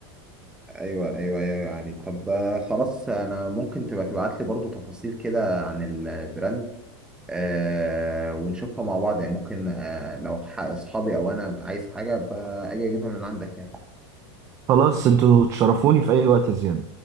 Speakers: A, in the centre; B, on the right.
A: ايوه ايوه ايوه أيوه عليك طب آه، خلاص انا ممكن تبقى تبعت لي برضو تفاصيل كده عن البراند آه ونشوفها مع بعض يعني ممكن آه لو ح- اصحابي او انا عايز حاجة أبقى اجي اجيبها من عندك يعني
B: خلاص انتوا تشرفوني في أي وقت زيادة